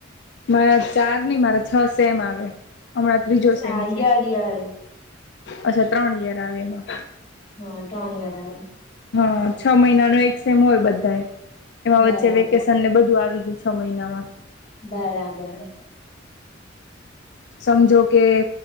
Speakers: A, on the left; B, on the left.
A: મારા ચાર ની મારા છ સેમ આવે. હમણાં ત્રીજો સેમ
B: આ
A: છે.
B: યર યર
A: અચ્છા ત્રણ યર આવે એમાં
B: હહ ત્રણ યર આવે
A: હ, હ, છ મહિનાનો એક સેમ હોય બધાએ, એમાં
B: બરાબર
A: વચ્ચે વેકેશનને બધું આવી ગયું છે છ મહિનામાં
B: બરાબર
A: સમજો કે